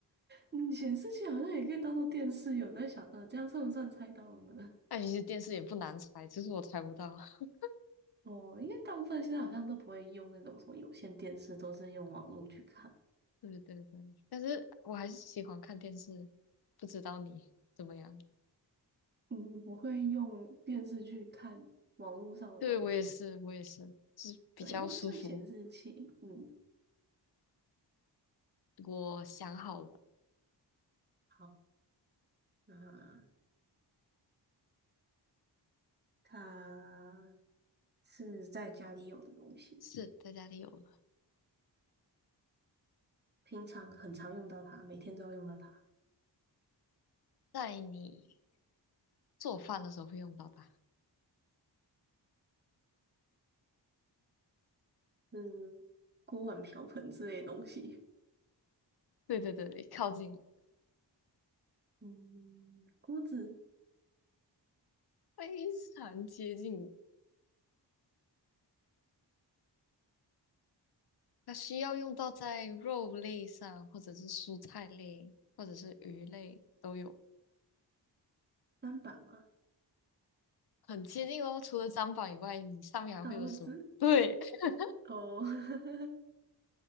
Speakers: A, on the right (about 25°); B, on the left (about 60°).
A: 嗯，显示器好像也可以当做电视有在想，呃，这样算不算猜到了呢？
B: 那其实电视也不难猜，只是我猜不到。<laughs>
A: <laughs> 哦，因为大部分现在好像都不会用那种什么有线电视，都是用网络去看，
B: 对对对，但是我还是喜欢看电视，不知道你怎么样？
A: 嗯，不会用电视去看网络上的东西。
B: 对，我也是，我也是，就是比较舒服。
A: 对，那应该算显示器。嗯，
B: 我想好了，
A: 好，那它是在家里有的东西，
B: 是在家里有了，
A: 平常很常用到它，每天都要用到它，
B: 在你做饭的时候会用到它。
A: 嗯，锅碗瓢盆之类的东西。
B: 对对对对，靠近了，
A: 嗯，锅子、
B: 非常接近。它需要用到在肉类上，或者是蔬菜类，或者是鱼类都有，
A: 砧板吗？
B: 很接近哦。除了砧板以外，你上面还会有什么？
A: 刀子
B: 对，<laughs>
A: 哦，<laughs>